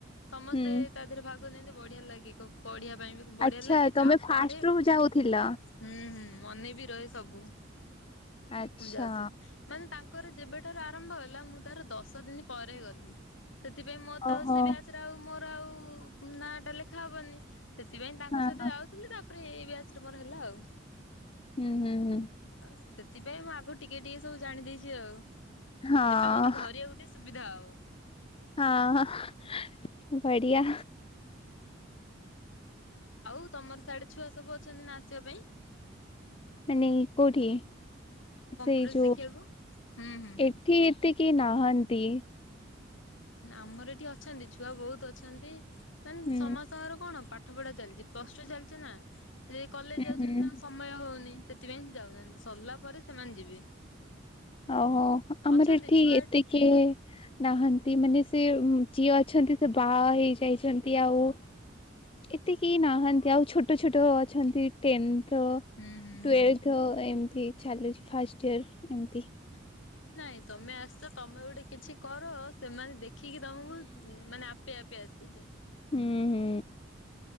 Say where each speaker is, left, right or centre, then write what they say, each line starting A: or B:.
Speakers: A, on the left; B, on the left.
A: ସମସ୍ତେ
B: ହୁଁ
A: ତା ଦେହରେ ଭାଗ ନିଅନ୍ତି ବଢିଆ ଲାଗେ ପଢିଆ। ପାଇଁ ବଢିଆ
B: ଆଚ୍ଛା
A: ଲାଗେ
B: ତମେ
A: ଯାହା
B: ଫାଷ୍ଟ
A: ପଢେ।
B: ରୁ ଯାଉଥିଲ
A: ହୁଁ ହୁଁ ମନେ ବି ରହେ ସବୁ
B: ଆଚ୍ଛା
A: ମୁଁ ଯାଉଥିଲି। ମାନେ ତାଙ୍କର ଯେବେଠାରୁ ଆରମ୍ଭ ହେଲା ମୁଁ ତାର ଦଶ ଦିନ ପରେ ଗଲି। ସେଥିପାଇଁ ମୋ ତ
B: ଓହୋ
A: ଆଉ ସେ ବି ଆସରେ ଆଉ ମୋର ଆଉ ନାଁ ଟା ଲେଖା ହବନି। ସେଥିପାଇଁ ତାଙ୍କ
B: ହଁ
A: ସହିତ
B: ହଁ
A: ଯାଉଥିଲି ତାପରେ ଏଇ ବି ଆଶ୍ରମର ହେଲା ଆଉ।
B: ହୁଁ ହୁଁ ହୁଁ।
A: ହ ସେଥିପାଇଁ ମୁଁ ଆଗ ଟିକେ ଟିକେ ସବୁ ଜାଣି ଦେଇେଇଛି ଆଉ
B: ହଁ
A: ଏବେ ମତେ ଧରିବା ଗୋଟେ। ସୁବିଧା ଆବ।
B: ହଁ ବଢିଆ।
A: ଆଉ ତମର ସାଢଡେ ଛୁଆ ସବୁ ଅଛନ୍ତି ନା ଆସିବା ପାଇଁ।
B: ମାନେ କୋଉଠି
A: ଆମ କମ୍ପ୍ୟୁଟର
B: ସେଇ ଯୋଉ
A: ଶିଖିବାକୁ ହୁଁ ହୁଁ ହୁଁ।
B: ଏଠି। ତିକି ନାହାନ୍ତି।
A: ନା ଆମର ଏଠି ଅଛନ୍ତି ଛୁଆ ବହୁତ ଅଛନ୍ତି, ମାନେ
B: ହୁଁ
A: ସମସ୍ତଙ୍କର କଣ ପାଠ ପାଠ ପଢା ଚାଲିଚି ପ୍ଲଟୁ ଚାଲିଚି ନା ରେ କଲେଜ
B: ହୁଁ
A: ଯାଉଚନ୍ତି
B: ହୁଁ।
A: ତାଙ୍କ ସମ ସମୟ ହଉନି ସେଥିପାଇଁ ସେ ଯାଉନାହାଁନ୍ତି ସରିଲା ପରେ ସେମାନେ ଯିବେ।
B: ଓହୋ ଆମର
A: ଅଛନ୍ତି
B: ଏଠି
A: ଛୁଆ
B: ଏତିକେ ନାହାନ୍ତି ମାନେ ସେ ଝିଅ ଅଛନ୍ତି, ସେ ବାହା ହେଇ ଯାଇଛନ୍ତି ଆଉ। ଏତିକି ନାହାନ୍ତି ଆଉ ଛୋଟ ଛୋଟ ଅଛନ୍ତି। ଟେନ୍ଥ
A: ହୁଁ ହୁଁ
B: ଟୁଏଲଥ
A: ହୁଁ
B: ଏମତି ଚାଲୁଛି ଫାଷ୍ଟଇୟର ଏମତି
A: କିଛି ନାହିଁ ତମେ ଆସ, ତମେ ଗୋଟେ କିଛି କର ସେମାନେ ଦେଖିକି ତମକୁ ମାନେ ଆପ୍ ପିଆ ପିଆ ସିଏ।
B: ହୁଁ ହୁଁ।